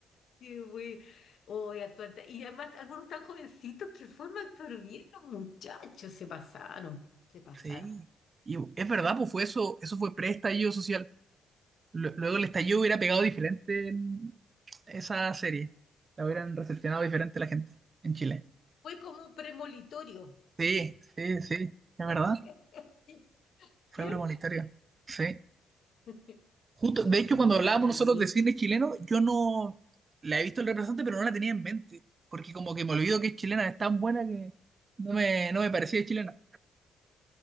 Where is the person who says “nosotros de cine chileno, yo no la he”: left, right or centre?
Right